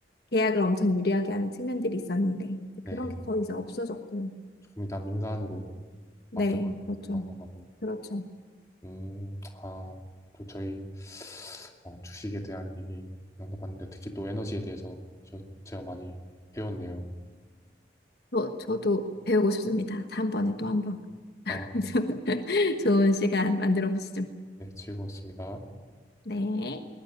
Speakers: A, on the left; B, on the left.
A: 계약을 엄청 유리하게 하는 측면들이 있었는데 이제
B: 네.
A: 그런 게 거의 이제 없어졌고.
B: 조금 이따 민간으로
A: 네,
B: 바뀌어가는
A: 그렇죠.
B: 그런 건가 보네요.
A: 그렇죠.
B: 음, 아, 또 저희, 어, 주식에 대한 얘기 나눠봤는데, 특히 또 에너지에 대해서 저, 제가 많이 배웠네요.
A: 저, 저도 배우고 싶습니다. 다음번에 또 한번
B: 아,
A: <laughs>
B: 좋습니다.
A: 좋은 시간 만들어 보시죠.
B: 네, 즐거웠습니다.
A: 네.